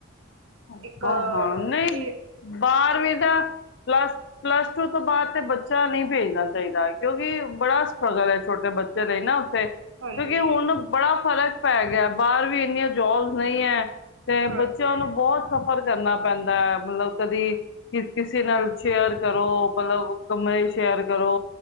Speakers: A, on the left; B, on the right.
A: ਹਾਂ,
B: ਇੱਕ
A: ਹਾਂ ਨਹੀਂ
B: ਇਹ
A: ਬਾਰਵੀਂ
B: ਇੱਕ-
A: ਦਾ ਪਲੱਸ, ਪਲੱਸ ਟੂ ਤੋਂ ਬਾਅਦ ਤੇ ਬੱਚਾ ਨਹੀਂ ਭੇਜਣਾ ਚਾਹੀਦਾ ਕਿਉਂਕਿ ਬੜਾ ਸਟ੍ਰਗਲ ਹੈ ਛੋਟੇ ਬੱਚੇ ਚਲੇ ਨਾ ਤੇ ਕਿਉਂਕਿ
B: ਹਾਂਜੀ
A: ਹੁਣ ਬੜਾ ਫ਼ਰਕ ਪੈ ਗਿਆ ਬਾਹਰ ਵੀ ਇੰਨੀਆਂ ਜੋਬਸ ਨਹੀਂ ਹੈ। ਤੇ
B: ਹਾਂਜੀ
A: ਬੱਚਿਆਂ ਨੂੰ ਬਹੁਤ ਸਫ਼ਰ ਕਰਨਾ ਪੈਂਦਾ ਹੈ, ਮਤਲਬ ਕਦੀ ਕਿਸੇ ਨਾਲ ਸ਼ੇਅਰ ਕਰੋ ਮਤਲਬ ਕਮਰੇ ਸ਼ੇਅਰ ਕਰੋ